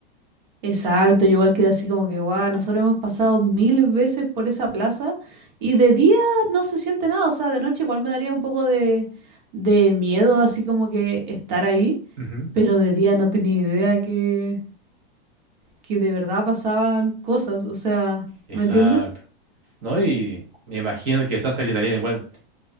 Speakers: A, on the right; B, on the right.
A: exacto, yo igual quedé así como que, guau, nosotros hemos pasado mil veces por esa plaza y de día no se siente nada, o sea, de noche igual me daría un poco de, de miedo, así como que estar ahí,
B: Ujú.
A: pero de día no tenía idea que, que de verdad pasaban cosas, o sea,
B: Exacto.
A: ¿me entiendes?
B: ¿No? Y me imagino que Sasa el italiano igual.